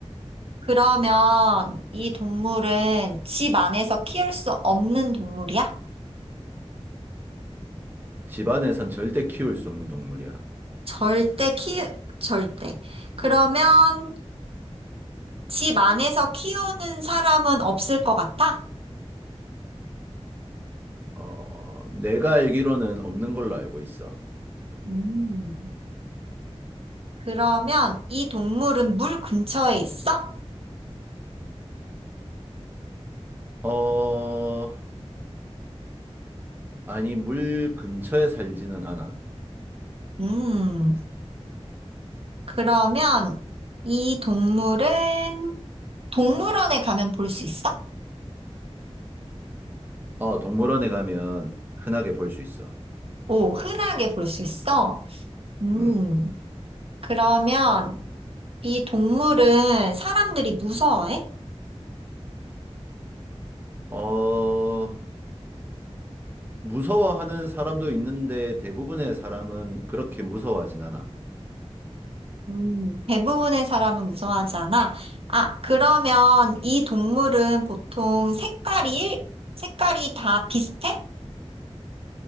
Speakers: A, on the right; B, on the right.
A: 그러면 이 동물은 집 안에서 키울 수 없는 동물이야?
B: 집안에선 절대 키울 수 없는 동물이야.
A: 절대 키, 절대. 그러면 집 안에서 키우는 사람은 없을 것 같아?
B: 어, 내가 알기로는 없는 걸로 알고 있어.
A: 음. 그러면 이 동물은 물 근처에 있어?
B: 어, 아니, 물 근처에 살지는 않아.
A: 음. 그러면 이 동물은 동물원에 가면 볼 수 있어?
B: 어, 동물원에 가면 흔하게 볼 수 있어.
A: 오, 흔하게 볼 수 있어? 음,
B: 음.
A: 그러면 이 동물은 사람들이 무서워해?
B: 어, 무서워하는 사람도 있는데 대부분의 사람은 그렇게 무서워하진 않아.
A: 음, 대부분의 사람은 무서워하지 않아? 아, 그러면 이 동물은 보통 색깔이, 색깔이 다 비슷해?